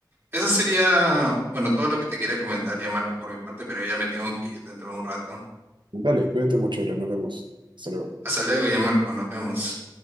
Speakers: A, on the right; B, on the right.
A: Eso sería, bueno, todo lo que te quería comentar ya, Marco, por mi parte, pero ya me tengo que ir dentro de un rato.
B: Dale, cuídate mucho, Adrián. Nos vemos. Hasta luego.
A: Hasta luego ya, Marco, nos vemos.